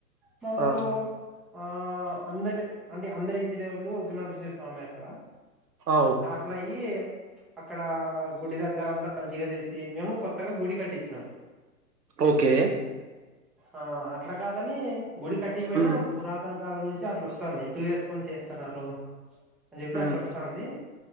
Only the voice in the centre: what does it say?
మా ఊర్లో
ఆ ఆ అందరి అంటే అందరి ఇంటి దేవుళ్ళు ఉగ్రనరసింహస్వామి ఏ అంటా
అట్లయి అక్కడ గుడి దగ్గర అంతా మంచిగా చేసి మేము కొత్తగా గుడి కట్టిసినాం.
ఆ అట్లా కాదని గుడి కట్టికపోయినా
పురాతన కాలం నుంచి అట్లా వస్తాంది. టూ ఇయర్స్ కొని చేస్తున్నారు. అని చెప్పి
అట్లా వస్తాంది.